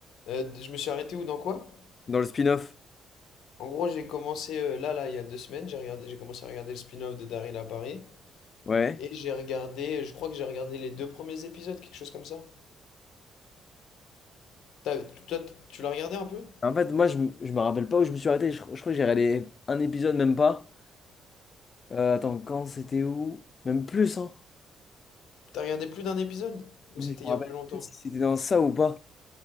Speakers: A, on the left; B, on the left.
A: Euh, je me suis arrêté où, dans quoi?
B: dans le spin-off?
A: En gros, j'ai commencé euh, là, là, il y a deux semaines, j'ai regardé, j'ai commencé à regarder le spin-off de Daryl à Paris.
B: Ouais.
A: Et j'ai regardé, je crois que j'ai regardé les deux premiers épisodes, quelque chose comme ça. T'as- toi, t- tu l'as regardé un peu?
B: En fait, moi, je, m- je me rappelle pas où je me suis arrêté. Je, je crois que j'ai regardé un épisode, même pas. Euh, attends, quand c'était où? Même plus, hein.
A: T'as regardé plus d'un épisode? Ou
B: Non,
A: c'était
B: mais je me
A: il
B: rappelle
A: y a plus longtemps?
B: plus si c'était dans ça ou pas.